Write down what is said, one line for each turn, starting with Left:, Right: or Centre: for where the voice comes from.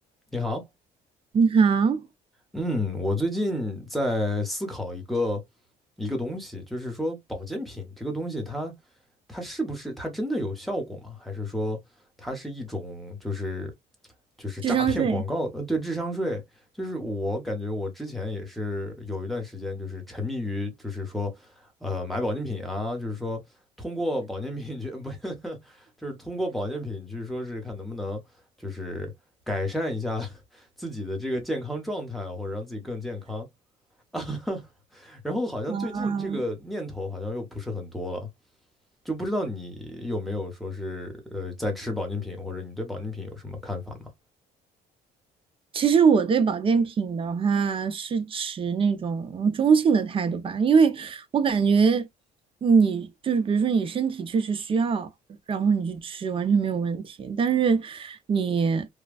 Centre: 你好，
Right: 你好，
Centre: 嗯，我最近在思考一个一个东西，就是说保健品这个东西它，它是不是它真的有效果吗？还是说它是一种就是就是诈骗广告？
Right: 智商税
Centre: 呃，对，智商税，就是我感觉我之前也是有一段时间就是沉迷于就是说，呃，买保健品啊，就是说通过保健品去 <laughs> 不，就是通过保健品去说是看能不能就是改善一下自己的这个健康状态，或者让自己更健康 <laughs>。然后好像最近这个念头好像又不是很多了，
Right: 啊，
Centre: 就不知道你有没有说是呃在吃保健品，或者你对保健品有什么看法吗？
Right: 其实我对保健品的话是持那种中性的态度吧，因为我感觉你就是比如说你身体确实需要，然后你去吃完全没有问题，但是你